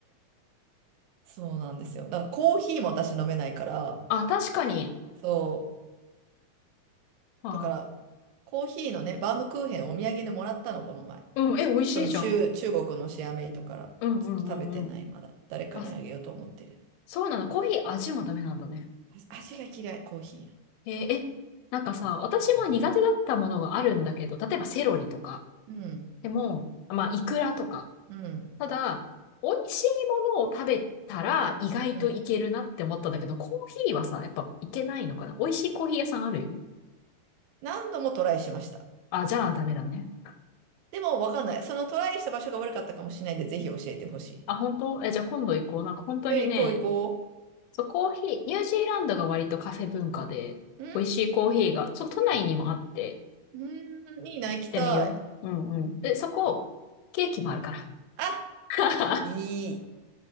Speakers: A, on the right (about 70°); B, on the left (about 80°).
A: <laughs> そうなんですよ。だからコーヒーも私飲めないから、
B: あ、確かに。
A: そう。
B: まあ、
A: だから、コーヒーのね、バームクーヘンお土産でもらったの、この前。
B: うん、え、美味しいじゃん。
A: その中、中国のシェアメイトから。
B: うんうんうんうん。
A: ちょっと食べてない、まだ。誰かにあげようと思ってる。
B: あ、そうなんだ。コーヒー味もダメなんだね。
A: あ味が嫌い、コーヒ
B: えーえ、なんかさ、私も苦手だったものがあるんだけど、例えばセロリとか。
A: ーの。うん、
B: でも、まあ、イクラとか。
A: うん、
B: ただ、美味しいものを食べたら意外といけるなって思ったんだけど、
A: うん。
B: コーヒーはさ、やっぱいけないのかな美味しいコーヒー屋さんあるよ。
A: 何度もトライしました。
B: あ、じゃあダメだね。
A: でも、わかんない。そのトライした場所が悪かったかもしれないんで、ぜひ教えてほしい。
B: あ、本当え、じゃあ今度行こう。なんか本当にね、
A: え、行こう行こ
B: そう、コーヒー、ニュージーランドが割とカフェ文化で、
A: う。
B: 美味しいコーヒーが、その都内にもあって、
A: うん、うん、いいな、
B: 行ってみよう。
A: 行きたい。
B: うんうん。でそこ、ケーキもあるか
A: あ、
B: ら。
A: いい。
B: <laughs>